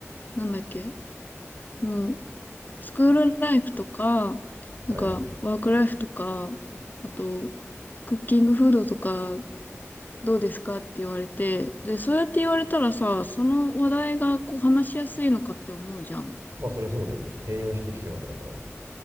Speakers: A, on the left; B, on the right.
A: なんだっけ、もう、スクールライフとか、なんか、
B: はいはい。
A: ワークライフとか、あと、クッキングフードとか、どうですかって言われて、で、そうやって言われたらさ、その話題がこう話しやすいのかって思うじゃん。
B: まあ、それはそうだよね。提案してきてるわけだからね。